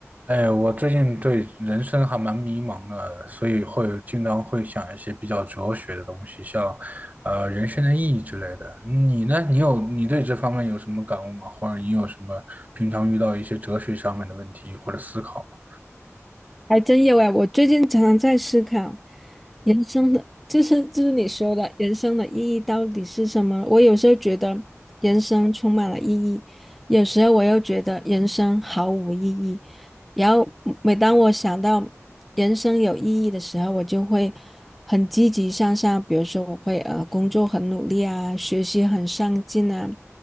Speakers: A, on the right; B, in the centre.
A: 哎，我最近对人生还蛮迷茫的，所以会经常会想一些比较哲学的东西，像呃人生的意义之类的。你呢？你有你对这方面有什么感悟吗？或者你有什么平常遇到一些哲学上面的问题或者思考吗
B: 还真有哎，我最近常常在思考人嗯生的，就是就是你说的人生的意义到底是什么？我有时候觉得人生充满了意义，有时候我又觉得人生毫无意义。然后每当我想到人生有意义的时候，我就会很积极向上，比如说我会呃工作很努力啊，学习很上进啊，